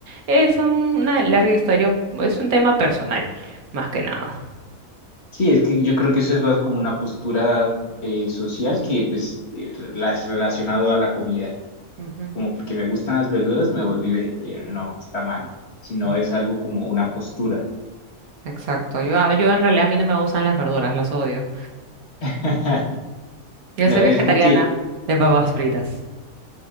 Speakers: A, on the right; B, on the left.
A: Es una larga historia, un- es un tema personal, más que nada.
B: Sí, es que yo creo que eso es más como una postura eh, social que pues eh, rela- relacionado a la comida,
A: Ujú.
B: como porque me gustan las verduras me volví vegetariano, no, está mal,
A: Mm,
B: sino
A: No.
B: es algo como una postura.
A: Exacto, yo, a- yo en realidad a mí no me gustan las verduras, las odio.
B: <laughs>
A: Yo
B: No,
A: soy
B: es
A: vegetariana
B: porque,
A: de papas fritas.